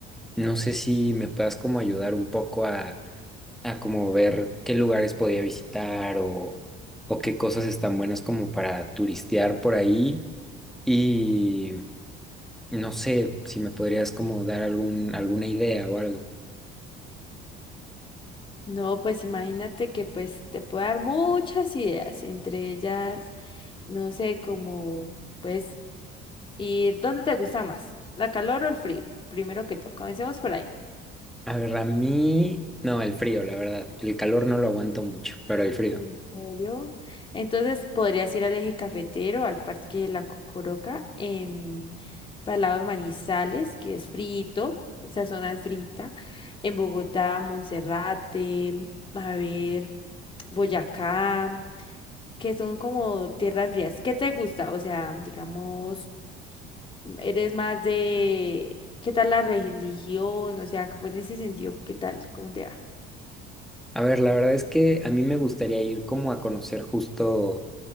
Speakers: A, in the centre; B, on the left (about 25°).
A: no sé si me puedas como ayudar un poco a, a como ver qué lugares podía visitar o, o qué cosas están buenas como para turistear por ahí. Y no sé si me podrías como dar algún, alguna idea o algo.
B: No, pues imagínate que pues te puedo dar muchas ideas, entre ellas, no sé, como pues ir, ¿dónde te gusta más? ¿La calor o el frío? Primero que todo, comencemos por ahí.
A: A ver, a mí, no, el frío, la verdad. El calor no lo aguanto mucho, pero el frío.
B: ¿En serio? Entonces podrías ir al eje cafetero, al Parque de la Cocoroca, en al lado de Manizales, que es frito, esa zona es frita, en Bogotá, Monserrate, a ver, Boyacá, que son como tierras frías. ¿Qué te gusta? O sea, digamos, eres más de, ¿qué tal la religión? O sea, como en ese sentido, ¿qué tal? ¿Cómo te va?
A: A ver, la verdad es que a mí me gustaría ir como a conocer justo,